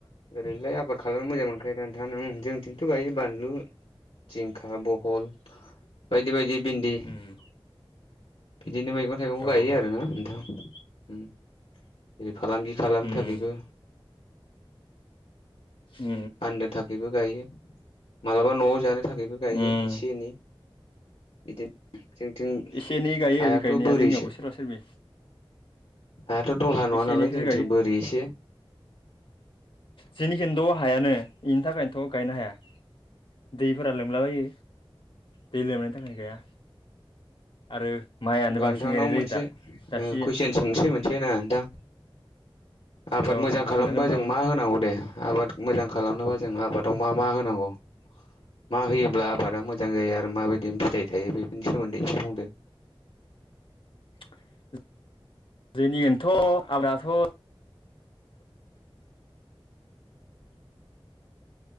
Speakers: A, on the left (about 85°); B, on the left (about 60°).
A: ओरैलाय आबाद खालामनो मोजां मोनखायो ना नोंथां जोंथिंथ' गायो बानलु जिंखा बहल बायदि बायदि भिन्दि
B: उम
A: बिदिनो मैगं थाइगं
B: औ
A: गायो
B: औ
A: आरो ना नोंथां। जेरै फालांगि खालामनो
B: उम
A: थाखायबो
B: उम
A: फाननो थाखायबो गायो मालाबा न'आव जानो थाखायबो गायो
B: उम
A: एसे एनै बिदि जोंथिं
B: एसे एनै गायो
A: हायाथ'
B: गायनाया
A: बोरैसो
B: जोंनियावबो सोरबा सोरबि
A: हायाथ' दलहा नडा
B: एसे
A: नालाय
B: एनैखौनो
A: जोंनिथिं बोरि सो
B: जेनिखिथ' हायानो बेनि थाखायनोथ' गायनो हाया। दैफोरा लोमलाबायो दै लोमनायनि थाखाय गाया आरो माइआनो
A: अब्ला
B: बांसिन
A: नोंथांनाव
B: गायनाय जायो
A: मोनसे
B: दा दा सिजोन
A: कुइसन सोंसै मोनसे ना नोंथां। आबाद
B: औ
A: मोजां खालामबा
B: सोंजागोन मामोन
A: जों मा होनांगौ दे आबाद मोजां खालामनोबा जों आबादाव मा मा होनांगौ। मा होयोब्ला आबादा मोजां जायो आरो माबायदि फिथाइ थायो बेफोरनि सोमोन्दै एसे बुंदो।
B: <inaudible> जोंनियथ' आबादाथ'